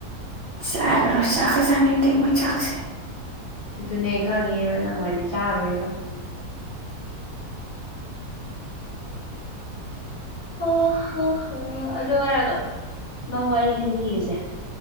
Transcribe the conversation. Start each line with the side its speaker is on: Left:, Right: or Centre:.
Right: ꯆꯥꯔꯔꯣꯏꯁꯤ ꯆꯥꯛꯀ ꯆꯥꯅꯤꯡꯗꯦ ꯃꯣꯏ ꯆꯥꯛꯁꯦ꯫
Left: ꯑꯗꯨꯅꯦ ꯈꯪꯉꯦꯕ ꯅꯪ ꯑꯣꯏꯗꯤ ꯆꯥꯔꯣꯏꯕ꯫ ꯍꯣ ꯍꯣ ꯍꯣ ꯑꯗꯨ ꯍꯥꯏꯔꯒ ꯃꯪ ꯋꯥꯔꯤ ꯂꯤꯕꯤꯒꯁꯦ